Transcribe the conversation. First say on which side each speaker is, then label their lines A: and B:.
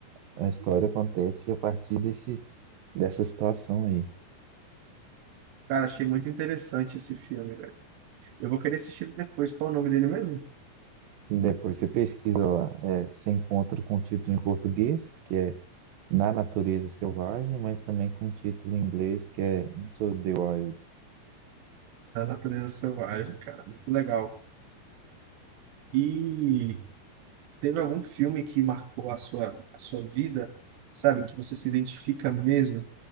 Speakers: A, on the right (about 70°); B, on the right (about 80°).
A: a, a história acontece a partir desse, dessa situação aí.
B: Cara, achei muito interessante esse filme, velho. Eu vou querer assistir ele depois. Qual é o nome dele mesmo?
A: Depois você pesquisa lá, é, você encontra com o título em português, que é Na Natureza Selvagem, mas também com o título em inglês, que é Into the Wild.
B: da natureza selvagem, cara. Muito legal. E teve algum filme que marcou a sua, a sua vida, sabe? Que você se identifica mesmo?